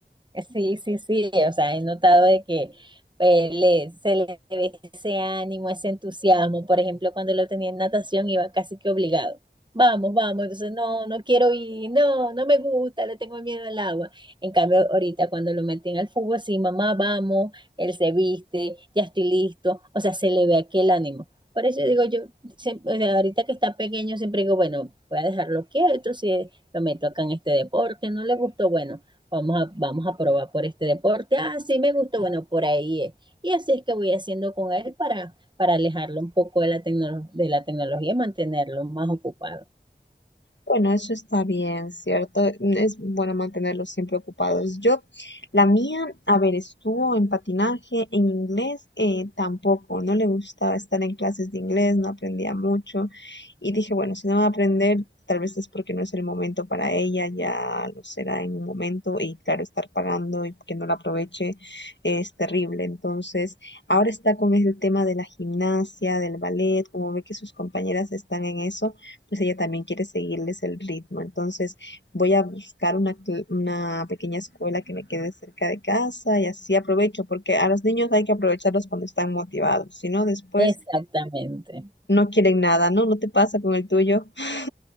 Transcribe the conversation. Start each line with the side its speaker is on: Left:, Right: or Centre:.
Right: Sí, sí, sí, o sea, he notado de que eh, le, se le ve ese ánimo, ese entusiasmo. Por ejemplo, cuando lo tenía en natación iba casi que obligado. Vamos, vamos, entonces no, no quiero ir, no, no me gusta, le tengo miedo al agua. En cambio, ahorita cuando lo meten al fútbol, sí, mamá, vamos, él se viste, ya estoy listo, o sea, se le ve aquel ánimo. Por eso digo yo, siempre- o sea, ahorita que está pequeño, siempre digo, bueno, voy a dejarlo quieto, si lo meto acá en este deporte, no le gustó, bueno Vamos a, vamos a probar por este deporte. Ah, sí me gustó, bueno, por ahí es. Y así es que voy haciendo con él para, para alejarlo un poco de la, tecno- de la tecnología y mantenerlo más ocupado.
Left: Bueno, eso está bien, ¿cierto? Es bueno mantenerlos siempre ocupados. Yo, la mía, a ver, estuvo en patinaje, en inglés, eh, tampoco, no le gustaba estar en clases de inglés, no aprendía mucho. Y dije, bueno, si no va a aprender, tal vez es porque no es el momento para ella, ya lo será en un momento. Y claro, estar pagando y que no la aproveche es terrible. Entonces, ahora está con el tema de la gimnasia, del ballet, como ve que sus compañeras están en eso pues ella también quiere seguirles el ritmo. Entonces voy a buscar una, una pequeña escuela que me quede cerca de casa y así aprovecho, porque a los niños hay que aprovecharlos cuando están motivados, si no después
Right: Exactamente.
Left: no quieren nada, ¿no? ¿No te pasa con el tuyo? <laughs>